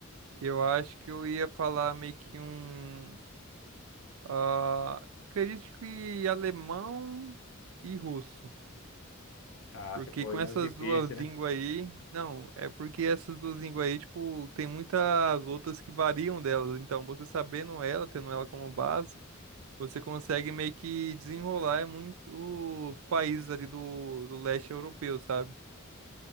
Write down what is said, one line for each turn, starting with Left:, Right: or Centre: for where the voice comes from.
Right: eu acho que eu ia falar meio que um. ah, acredito que alemão e russo.
Left: Ah,
Right: Porque
Left: você foi
Right: com
Left: nos
Right: essas
Left: difíceis,
Right: duas línguas
Left: né?
Right: aí. Não, é porque essas duas línguas aí, tipo, tem muitas outras que variam delas. Então, você sabendo ela, tendo ela como base, você consegue meio que desenrolar muitos países ali do, do leste europeu, sabe?